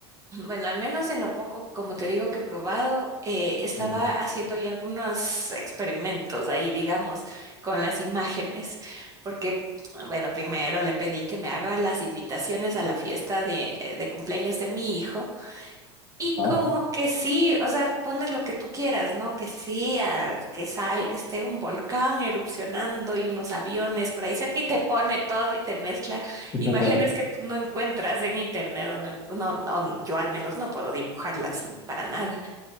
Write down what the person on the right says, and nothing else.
bueno, al menos en lo poco, como te digo, que he probado, eh, estaba
haciendo yo algunos experimentos ahí, digamos, con las imágenes, porque, bueno, primero le pedí que me haga las invitaciones a la fiesta de, eh, de cumpleaños de mi hijo. Y
como que sí, o sea, pones lo que tú quieras, ¿no? Que sí, a- que sal, que esté un volcán erupcionando y unos aviones por ahí cerca y te pone todo y te mezcla imágenes
que tú no encuentras en internet o no, en- no, no, yo al menos no puedo dibujarlas para nada.